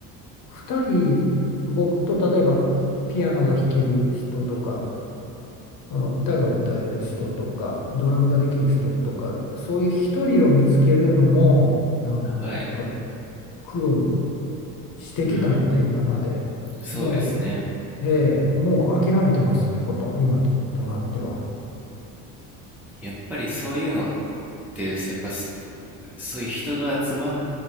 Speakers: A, on the left; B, in the centre.
A: 2人僕と例えばピアノが弾ける人とかその歌が歌える人とかドラムができる人とかそういう一人を見つけるのもなんか
B: はい
A: 苦労してきたので今までも
B: うん。そうですね
A: う、ええもう諦めてますねほとんど今となっては。
B: やっぱりそういうのってやっぱそういう人が集まっ